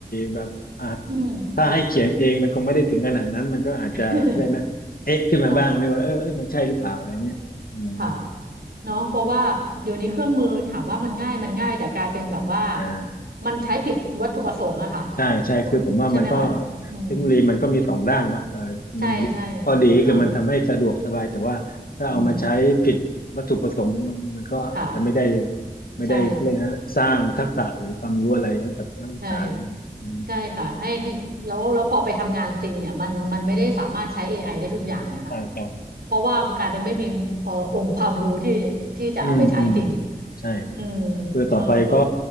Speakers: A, on the left; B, on the right.
A: แบบอ่า
B: อืม
A: ถ้าให้เขียนเองมันคงไม่ได้ถึงขนาดนั้นมันก็อาจจะอะไรนะ
B: <laughs>
A: เอ๊ะขึ้นมาบ้างนี่ว่าเออเอ้ยมันใช่หรือเปล่าอะไรเงี้ยอืม
B: ค่ะค่ะเนาะเพราะว่าเดี๋ยวนี้เครื่องมือถามว่ามันง่ายมันง่ายแต่กลายเป็นแบบว่า
A: เออ
B: มันใช้ผิดวัตถุประสงค์อะค่ะ
A: ใช่ใช่คือผมว่ามันก็
B: ใช่ไหมคะอืม
A: เทคโนโลยีมันก็มีสองด้านเนาะเออมัน
B: ใช่ใช่
A: ข้อดีคือมันทำให้สะดวกสบายแต่ว่าถ้าเอามาใช้ผิดวัตถุประสงค์มันมันก็อาจจะไม่ได้
B: อ่าอืม ค่ะ
A: ไม่ได้เขาเลยกนะสร้างทักษะหรือความรู้อะไรให้กับนักศึกษาหรือเปล่าอืม
B: ใช่ใช่ใช่ค่ะให้ให้แล้วแล้วพอไปทำงานจริงเนี่ยมันมันไม่ได้สามารถใช้ AI ไอได้ทุกอย่างเนี่ยค่ะ
A: อืมอืมใช่ใช่
B: เพราะว่ากลายเป็นไม่มีเอ่อองค์ความรู้ที่ที่จะเอาไปใช้จริง
A: อืมอืมใช่
B: อืม
A: คือต่อไปก็
B: ก็ก็